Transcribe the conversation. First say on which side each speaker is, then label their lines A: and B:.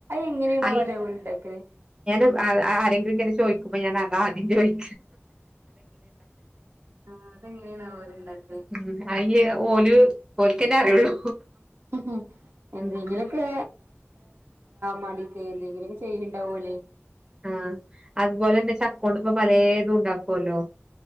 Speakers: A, on the right; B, on the right.
A: എങ്ങനെയാണ്
B: അയി
A: ആവോലെ ഓല് ഇണ്ടാക്കല്
B: ഞാൻ ആരെങ്കിലും ഇങ്ങനെ ചോദിക്കുമ്പോ ഞാൻ അതാ യി
A: ആ അതെങ്ങനെയാണാവോ ഉണ്ടാക്ക
B: ഉം അയിലേ ഓല് എന്നെ അറിയുള്ളൂ
A: ഉം എന്തെങ്കിലൊക്കെ
B: ഉം
A: മടി ടെയില് എന്തെങ്കിലുലൊക്കെ ചെയ്യണ്ടാവൂലേ
B: ആഹ അതുപോലെ തന്നെ ചക്കോണ്ട് ഇപ്പൊ പലേതും ഉണ്ടാക്കുവല്ലോ